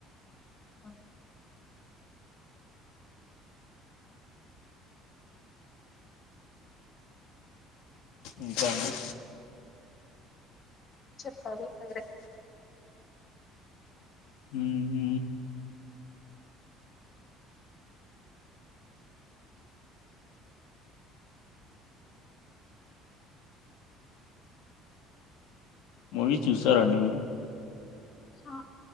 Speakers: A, on the left (about 30°); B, on the left (about 85°).
A: అ
B: ఇంకా అండి
A: చెప్పాలి సరే
B: హు హు మూవీ చూశారండి మీరు
A: ఆ